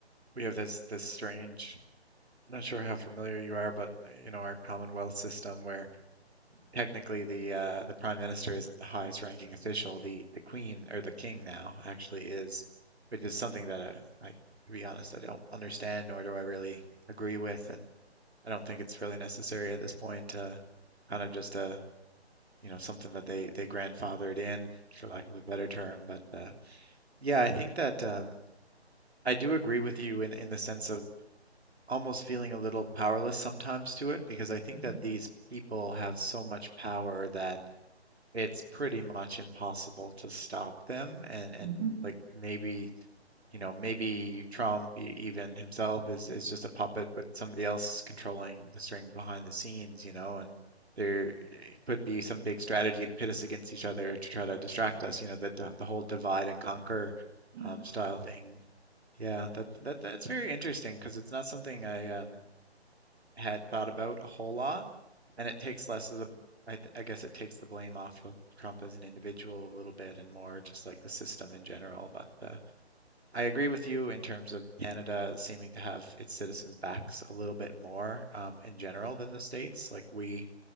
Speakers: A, on the right (about 70°); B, on the right (about 20°).
A: we have this this strange. Not sure how familiar you are, but uh, you know our Commonwealth system, where technically the uh, the Prime Minister isn't the highest ranking official. The the Queen or the King now actually is, which is something that I, I to be honest I don't understand, nor do I really agree with, and I don't think it's really necessary at this point. Uh, kind of just a you know something that they they grandfathered in for lack of a better term but uh, yeah I think that um, I do agree with you in in the sense of almost feeling a little powerless sometimes to it because I think
B: Mm-hmm.
A: that these people have so much power that it's pretty much impossible to stop them and and
B: hmm
A: like maybe you know, maybe Trump, e- even himself, is is just a puppet, but somebody else controlling the strings behind the scenes, you know, and there eh, could be some big strategy to pit us against each other to try to distract us, you know, the di- the whole divide and conquer
B: Yeah.
A: um, style thing. Yeah, that that that's very interesting because it's not something I um, had thought about a whole lot, and it takes less of the I, th I guess it takes the blame off of Trump as an individual a little bit and more just like the system in general. But uh, I agree with you in terms of Canada seeming to have its citizens' backs a little bit more um, in general than the states. Like we,